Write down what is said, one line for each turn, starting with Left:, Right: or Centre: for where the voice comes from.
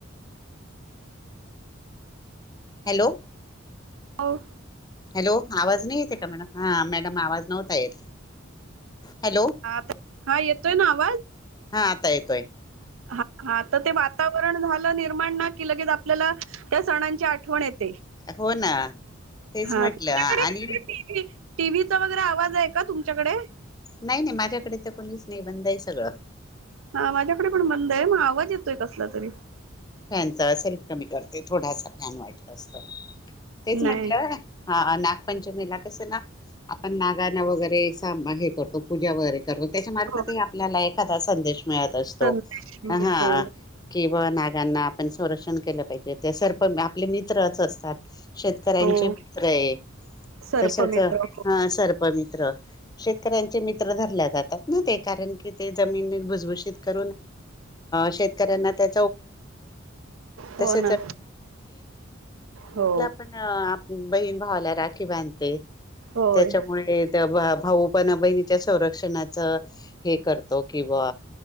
Left: हॅलो
Right: जाऊ
Left: हॅलो आवाज नाही येते का मॅडम हा मॅडम आवाज नव्हता येत हॅलो
Right: हा हा येतोय ना आवाज
Left: हा आता येतोय
Right: हा हा तर ते वा वातावरण झालं निर्माण ना कि लगेच आपल्याला त्या सणांची आठवण येते
Left: हो ना तेच
Right: हा
Left: म्हटलं
Right: तुमच्याकडे
Left: आणि
Right: टीव्ही टीव्हीचा वगैरे आवाज आहे का तुमच्याकडे
Left: नाही नाही माझ्याकडे तर कोणीच नाही बंद आहे सगळं
Right: हा माझ्याकडे पण बंद आहे मग आवाज येतोय कसला तरी
Left: फॅनचा सेल्फ कमी करते थोडासा फॅन वाटलं असत तेच
Right: नाही
Left: म्हटलं हा नागपंचमीला कस ना आपण नागना वगैरे हे करतो पूजा वगैरे कर त्याच्या मार्फत
Right: हो
Left: आपल्याला एखादा संदेश मिळत
Right: संदेश
Left: तो
Right: मिळतो
Left: हा हा किंवा नागांना आपण संरक्षण केलं पाहिजे ते सर्प आपले मित्रच असतात शेतकऱ्यांचे
Right: बरोबर हो
Left: मित्र आहे
Right: सर्पमित्र
Left: तसच हा
Right: हो
Left: सर्प मित्र शेतकऱ्यांचे मित्र धरल्या जातात ना ते कारण की ते जमीन भुजबज ग शेतकऱ्यांना त्या
Right: हो
Left: तच
Right: ना हो
Left: पण आप बहीण भावाला राखी बांधते
Right: होय
Left: त्याच्यामुळे भाऊ पण बहिणीच्या संरक्षणाचं हे करतो कि बा